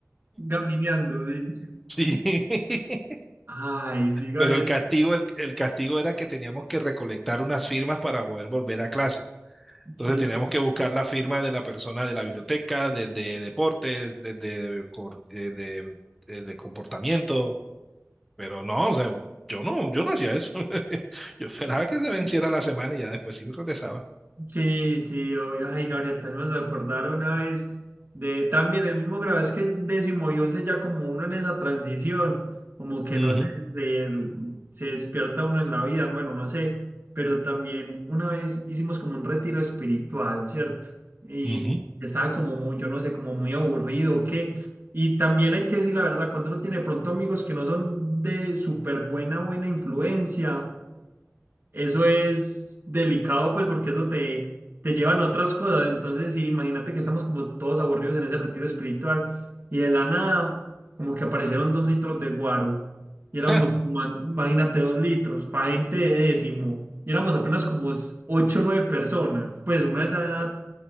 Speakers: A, on the right; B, in the centre.
A: Gamineando, sí.
B: Sí, <laughs>
A: Ay, sí, Gabriel.
B: pero el castigo, el, el castigo era que teníamos que recolectar unas firmas para poder volver a clase. Entonces
A: Sí,
B: teníamos
A: sí.
B: que buscar la firma de la persona de la biblioteca, del de deportes, del de, cor- de, de- de- de comportamiento, pero no, o sea, yo no, yo no hacía eso. <laughs> Yo esperaba que se venciera la semana y ya después sí regresaba.
A: Sí, sí, obvio. Ay, Gabriel, tal vez me vas acordar una vez de también el mismo grado, es que décimo y once ya como uno en esa transición, como que
B: Ujú,
A: no sé, de- se despierta uno en la vida, bueno, no sé, pero también una vez hicimos como un retiro espiritual, ¿cierto? Y
B: ujú.
A: estaba como muy, yo no sé, como muy aburrido, o ¿qué? Y también hay que decir la verdad, cuando uno tiene de pronto amigos que no son de súper buena, buena influencia. Eso es delicado, pues, porque eso te, te llevan a otras cosas. Entonces, sí, imagínate que estamos como todos aburridos en ese retiro espiritual y de la nada, como que aparecieron dos litros de guaro y éramos,
B: <laughs>
A: ma- imagínate, dos litros para gente de décimo y éramos apenas como s- ocho o nueve personas. Pues uno a esa edad